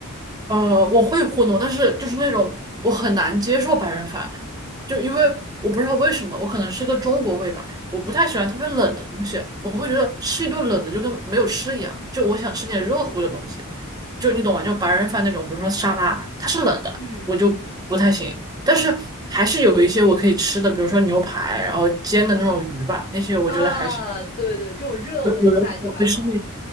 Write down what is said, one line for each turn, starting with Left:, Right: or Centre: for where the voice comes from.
Right: 呃，我会糊弄，但是就是那种我很难接受白人饭，就因为我不知道为什么，我可能是个中国胃吧，我不太喜欢特别冷的东西，我会觉得吃一顿冷的就跟没有吃一样，就我想吃点热乎的东西，就你懂吗？就白人饭那种，比如说沙拉，它是冷的，
Left: 嗯。
Right: 我就不太行，但是还是有一些我可以吃的，比如说牛排，然后煎的那种鱼吧，那些我觉得还行。
Left: 啊，对对，这种热乎的菜就还好。
Right: 有有人我会吃那